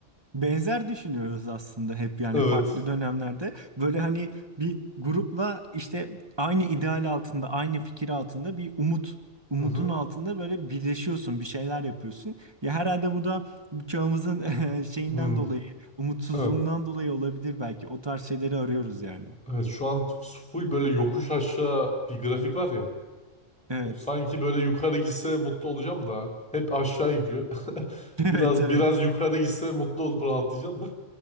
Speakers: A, on the right; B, in the centre.
A: Benzer düşünüyoruz aslında hep yani
B: Evet.
A: farklı dönemlerde böyle hani bir grupla işte aynı ideal altında aynı fikir altında bir umut umudun
B: Hı hı.
A: altında böyle birleşiyorsun bir şeyler yapıyorsun. Ya herhalde bu da çağımızın <laughs> eh, şeyinden
B: Hmm.
A: dolayı umutsuzluğundan
B: Evet.
A: dolayı olabilir belki o tarz şeyleri arıyoruz yani.
B: Evet şu an full böyle yokuş aşağı bir grafik var ya.
A: Evet.
B: O sanki böyle yukarı gitse mutlu olacağım da hep aşağı gidiyor. <laughs>
A: <laughs> Evet
B: Biraz
A: evet.
B: biraz yukarı gitse mutlu olup rahatlayacağım da.